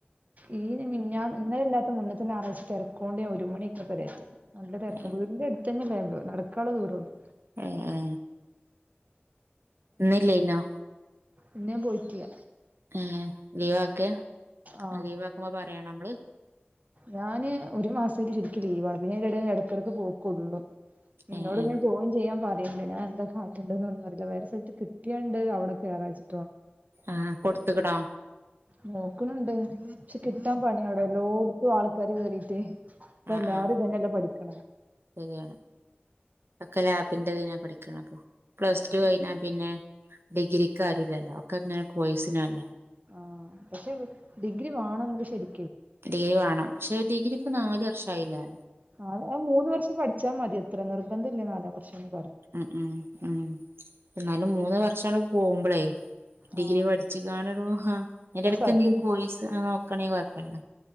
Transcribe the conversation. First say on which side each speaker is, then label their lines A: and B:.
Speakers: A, on the right; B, on the right.
A: ഈ മിനിഞ ഇന്നലെല്ലാത്ത മുന്നേത്തെ ഞായറാഴ്ച തെരക്കോണ്ടെ ഒരു മണിയ്ക്ക്ണ്പരെല് എന്തയാപ്പോ നല്ല തെരക്കാ
B: ഏ
A: വീടിന്റെ എടുത്തെ ന്നെല്ല നടക്കാനുള്ള ദൂരള്ളൂ.
B: ഹേ ഹേ ന്നല്ലനോ
A: ഇന്ന് ഞാൻ പോയിട്ടില്ല
B: ഏ ലീവ് ആക്കേ
A: ആഹ്
B: ലീവ് ആക്കുമ്പോ പറയാണോ നമ്മള്.
A: ഞാന് ഒരു മാസം ശരിക്കും ലീവാണ് പിന്നെ അയ്ന്റെ ഇടക്കിടയ്ക്ക് പോ കോള്ളു. നിന്നോട്
B: ഏ ഏ
A: ങ്ങനെ ജോയിൻ ചെയ്യാൻ പറ ണ്ട് ഞാൻ എന്താ കാട്ടെ ണ്ടെന്നെന്നും അറയില്ല വേറെ സ്ഥലത്ത് കിട്ടിയെണ്ട് അവെടെ കേറാച്ചി ട്ടാ
B: ആഹ് കൊടുത്ത് ക്ണോ.
A: നോക് ണ്‌ണ്ട് പക്ഷെ കിട്ടാൻ പണിയാടോ എല്ലോ ട്ത്തും ആൾക്കാര് കേറീട്ടേ ഇപ്പോഎല്ലാരും
B: ആ ആ ആ
A: ഇതന്നെല്ലെപഠിക്കെ ണെ
B: ശരിയാണ് ഒക്കെ ലാബിന്റെ ഇതിനാ പഠിക് ണെഅപ്പൊ പ്ലസ്
A: ആഹ്
B: ടു കൈഞ്ഞാപിന്നെ ഡിഗ്രിരിക്ക് ആര്ല്ലല്ലോ ഒക്കെ ഇങ്ങന കോയിസിനല്ലേ.
A: ആ പക്ഷെ ഡിഗ്രി വാണം നമുക്ക് ശരി
B: ഡിഗ്രി വാണം പക്ഷെ ഡിഗ്രി ഇപ്പൊ നാല് വർഷ ആയില്ലേ.
A: ആ ആ മൂന്ന് വർഷം പഠിച്ചാ മതി ത്ര നിർബന്ധ ഇല നാലാം വർഷം ഒന്നും.
B: ഉം ഉം ഉം എന്നാലും മൂന്ന് വർഷങ്ങട് പോകുമ്പളേ
A: ആ
B: ഡിഗ്രി പഠിച്കാണ്ട് ടോ എന്റെടക്ക്
A: ഒരു സർട്ടി
B: എന്തെങ്കും കോയിസ് നോക്കാണെങ്കി കൊയപ്പല്ല.